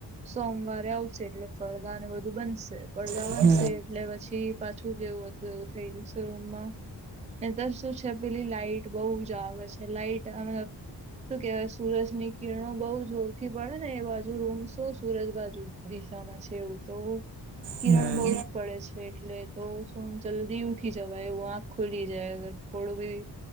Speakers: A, on the right; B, on the right.
A: સોમવારે આવશે એટલે પડદા ને બધું બનશે પડદા
B: બપોરે
A: બનશે એટલે પછી પાછું જેવું હતું એવું થઈ જશે રૂમમાં ત શું છે પેલી લાઈટ બહુ જ આવે છે લાઈટ અને તો કેવાય સૂરજ ની કિરણો બહુ જોરથી પડે ને એ રોમ શો સુરત બાજુ દિશામાં છે એવું તો કિરણ
B: હમ. હમ.
A: બહુ જ પડે છે. એટલે તો શું જલ્દી ઉઠી જવાય એવું આંખ ખુલી જાય થોડું બી